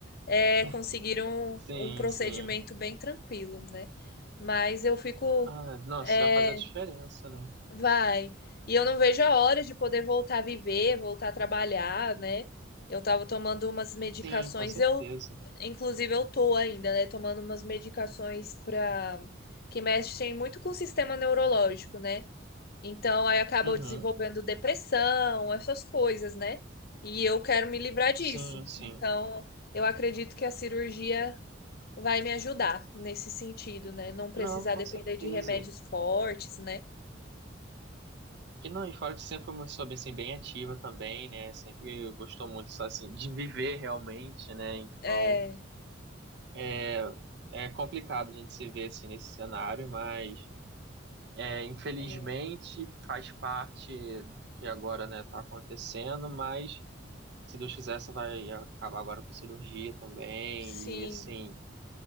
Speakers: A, on the left; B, on the right.
A: é,
B: <laughs>
A: conseguiram
B: sim,
A: um procedimento
B: sim.
A: bem tranquilo, né? Mas eu fico,
B: Ah, nossa,
A: é,
B: já faz a diferença, né?
A: vai. E eu não vejo a hora de poder voltar a viver, voltar a trabalhar, né? Eu tava tomando umas medicações,
B: Sim, com certeza.
A: eu, inclusive, eu tô ainda, né? Tomando umas medicações para que mexem muito com o sistema neurológico, né? Então, aí acabam
B: Uhum,
A: desenvolvendo depressão, essas coisas, né? E eu quero me livrar disso.
B: sim, sim.
A: Então, eu acredito que a cirurgia vai me ajudar nesse sentido, né? Não precisar
B: Não, com
A: depender
B: certeza.
A: de remédios fortes, né?
B: E não, e fora que você sempre foi uma pessoa bem, assim, bem ativa também, né? Sempre gostou muito, só, assim, de viver realmente, né? Então.
A: É,
B: É, é complicado a gente se ver assim nesse cenário, mas é, infelizmente
A: é,
B: faz parte do que agora, né, tá acontecendo, mas se Deus quiser, você vai acabar agora com a cirurgia também,
A: sim,
B: e assim,